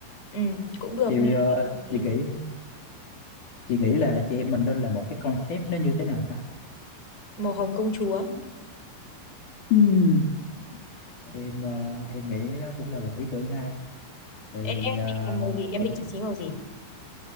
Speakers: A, on the left; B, on the left.
A: Ừ, cũng được
B: chị
A: nghe
B: bị ờ,
A: có vẻ hợp lý.
B: chị nghĩ chị nghĩ là chị em mình nên làm một cái concept nó như thế nào ta
A: Màu hồng công chúa.
B: Ừm, em ờ, em nghĩ nó cũng là một ý tưởng hay tại
A: Em,
B: vì
A: em
B: ờ,
A: định làm màu gì? Em
B: mình
A: định trang trí màu gì?